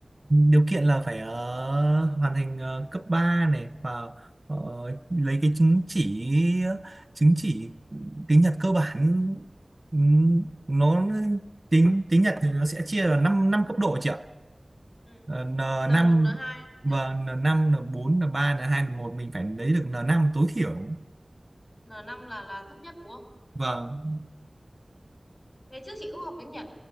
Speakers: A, on the right; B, on the left.
A: điều kiện là phải ờ, hoàn thành ờ, cấp 3 này và ờ, lấy cái chứng chỉ chứng chỉ tiếng Nhật cơ bản Ừm, nó tiếng tiếng Nhật thì nó sẽ chia là 5 năm năm cấp độ chị ạ
B: ừ.
A: Ờ, n
B: n
A: năm
B: một n hai thế
A: và
B: à?
A: n năm n bốn n ba n hai n một mình phải lấy được n năm tối thiểu
B: n năm là là thấp nhất đúng không
A: vâng
B: ngày trước chị cũng học tiếng Nhật